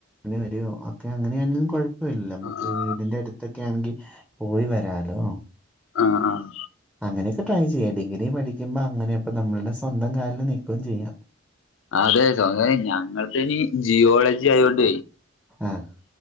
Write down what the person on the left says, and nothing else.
ആഹ്
ആഹ് ആഹ്
അതെ <unintelligible> ഞങ്ങളതിനി ജിയോളജി ആയോണ്ട